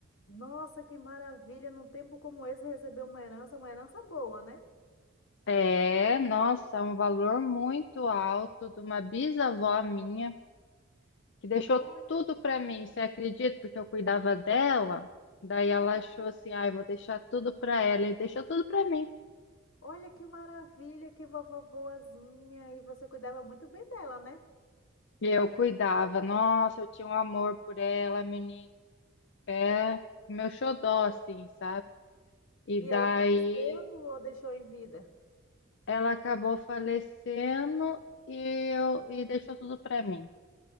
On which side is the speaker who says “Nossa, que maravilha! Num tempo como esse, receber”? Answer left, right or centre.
Left